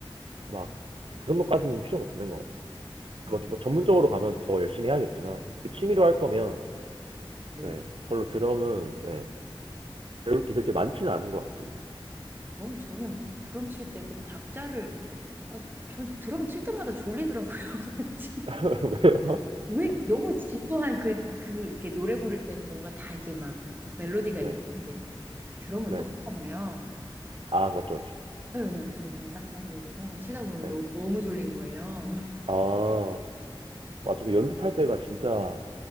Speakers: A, on the right (about 80°); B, on the right (about 20°).
A: 막 그 정도까지는 필요가 없는 것 같아요. 그뭐
B: 음,
A: 전문적으로 가면 더 열심히 해야겠지만 이렇게
B: 네.
A: 취미로 할 거면
B: 네,
A: 네, 별로 드럼은 네, 배울 게 그렇게 많지는 않은 것 같습니다.
B: 그건 저는 드럼 칠 때 그 박자를, 아, 전 드럼 칠 때마다 졸리더라고요. <laughs> 그래가지고
A: <laughs> 왜요?
B: 왜 너무 지루한 그, 그, 이렇게 노래 부를 때는 뭔가 다 이게 막 멜로디가
A: 네,
B: 있는데 드럼은
A: 네.
B: 똑같잖아요.
A: 아, 맞죠, 맞죠.
B: 아니, 그냥 둥둥 땅땅 둥둥 땅땅 치다 보면
A: 네.
B: 너무 너무 졸린 거예요. <laughs>
A: 아, 맞죠. 그 연습할 때가 진짜,